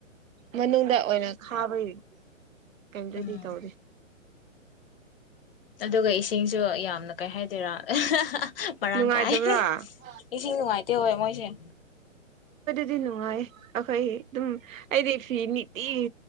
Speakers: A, on the right; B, on the left.
A: ꯃꯅꯨꯡꯗ ꯑꯣꯏꯅ ꯈꯥꯕꯒꯤ ꯀꯩꯝꯇꯗꯤ
B: ꯎꯝ
A: ꯇꯧꯗꯦ
B: ꯑꯗꯨꯒ ꯏꯁꯤꯡꯁꯨ ꯌꯥꯝꯅ ꯀꯩ ꯍꯥꯏꯗꯣꯏꯔ ꯑꯍꯥꯍꯥ ꯃꯔꯥꯡ
A: ꯅꯨꯡꯉꯥꯏꯇꯕ꯭ꯔꯥ
B: ꯀꯥꯏ
A: ꯑꯣ
B: ꯏꯁꯤꯡ ꯅꯨꯡꯉꯥꯏꯇꯦ ꯍꯣꯏ ꯃꯣꯏ <inaudible>
A: ꯑꯗꯨꯗꯤ ꯅꯨꯡꯉꯥꯏ ꯑꯩꯈꯣꯏ ꯑꯗꯨꯝ ꯑꯩꯗꯤ ꯐꯤ ꯅꯨꯪꯇꯤꯒꯤ